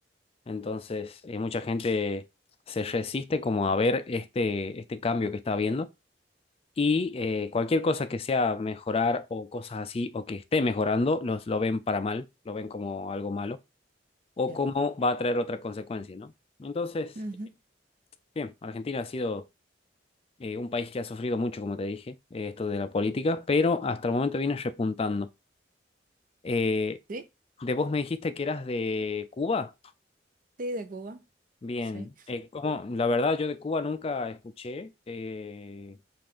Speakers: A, on the left; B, on the right.
A: Entonces, eh, mucha gente se resiste como a ver este, este cambio que está habiendo. y eh, cualquier cosa que sea mejorar o cosas así, o que esté mejorando, los, lo ven para mal, lo ven como algo malo, o
B: Ya.
A: como va a traer otra consecuencia, ¿no? Entonces,
B: Ujú.
A: bien, Argentina ha sido eh, un país que ha sufrido mucho, como te dije, eh, esto de la política, pero hasta el momento viene repuntando. Eh,
B: Sí,
A: de vos me dijiste que eras de Cuba.
B: Sí, de Cuba.
A: Bien,
B: Sí.
A: eh, como, la verdad yo de Cuba nunca escuché eh,